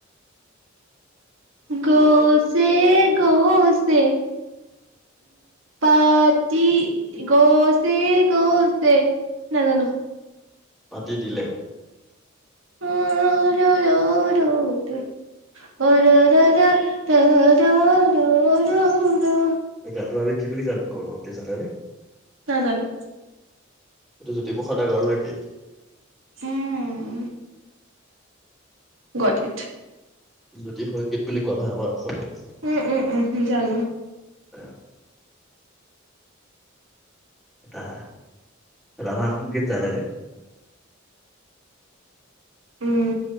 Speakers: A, on the right (about 80°); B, in the centre.
A: গছে গছে পাতি গছে গছে নাজানোঁ।
B: পাতি দিলে।
A: অ ৰুৰু দ অ ৰাৰা। তাৰাৰা ৰৌৰা
B: এই গানটো আমি কি বুলি গান কওঁ আপুনি জানেনে?
A: নাজানোঁ।
B: এইটো জ্যোতিপ্ৰসাদ আগৰৱালাৰ গীত।
A: উম। গুৱাহাটীত।
B: জ্যোতি সংগীত বুলি কোৱা হয় আমাৰ অসমীয়া ভাষা।
A: উম, উম, উম জানোঁ।
B: সেইয়া। এটা ৰাভা সংগীত জানেনে?
A: উম।